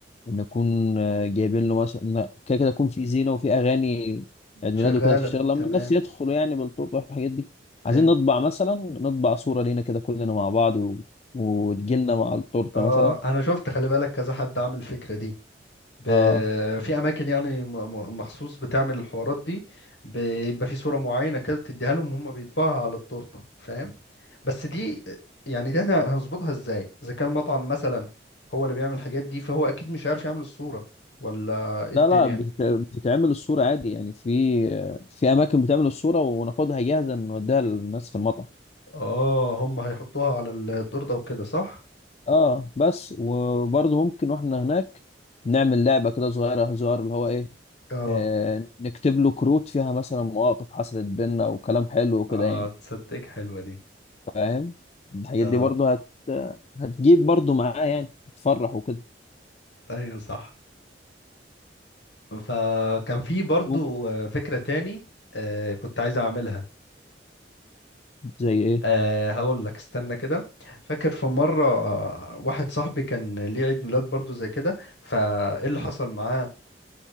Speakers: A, on the left; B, on the left.
A: نكون آه، جايبين له مثلا لا، كده كده يكون في زينه وفي اغاني عيد
B: شغالة
A: ميلاده كده تشتغل لما
B: تمام
A: الناس يدخلوا يعني بالتورته والحاجات دي
B: حلو
A: عايزين نطبع مثلا نطبع صوره لينا كده كلنا مع بعض و... وتجيلنا مع التورته
B: اه
A: مثلا
B: انا شفت خلي بالك كذا حد عامل الفكرة دي ب...
A: اه
B: في اماكن يعني م- م- مخصوص بتعمل الحوارات دي بيبقى في صورة معينة كده بتديها لهم هم بيطبعها على التورتة فاهم بس دي يعني دي احنا هنظبطها ازاي اذا كان مطعم مثلا هو اللي بيعمل الحاجات دي فهو اكيد مش عارف يعمل الصورة ولا ايه
A: لا
B: الدنيا
A: لا بتت... بتتعمل الصوره عادي يعني في آه، في اماكن بتعمل الصوره وناخدها جاهزه نوديها للناس في المطعم
B: اه هم هيحطوها على التورتة وكده صح
A: اه بس وبرضه ممكن واحنا هناك نعمل لعبة كده صغيرة هزار اللي هو ايه
B: اه
A: آه نكتب له كروت فيها مثلا مواقف حصلت بينا وكلام حلو وكده
B: اه
A: يعني
B: تصدق حلوة دي
A: فاهم الحاجات
B: اه
A: دي برضه هت هتجيب برضه معاه يعني تفرح وكده
B: ايوه صح فكان في برضو
A: ممكن
B: آه، فكرة تاني آه، كنت عايز اعملها
A: زي ايه
B: أه هقول لك استنى كده فاكر في مرة آه، واحد صاحبي كان ليه عيد ميلاد برضو زي كده فايه اللي حصل معاه